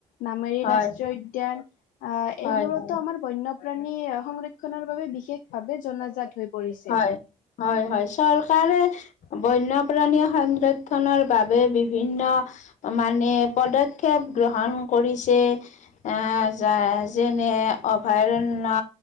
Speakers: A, on the left; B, on the left.
A: নামেৰি
B: হয়
A: ৰাষ্ট্ৰীয় উদ্যান আহ
B: হয়
A: এইবোৰতো
B: হয়
A: আমাৰ বন্য প্ৰাণী সংৰক্ষণৰ বাবে বিশেষভাৱে জনাজাত হৈ পৰিছে।
B: হয়, হয়, হয় চৰকাৰে বন্যপ্ৰাণী সংৰক্ষনৰ বাবে বিভিন্ন মানে পদক্ষেপ গ্ৰহণ কৰিছে। আহ যা যেনে অভয়াৰণ্য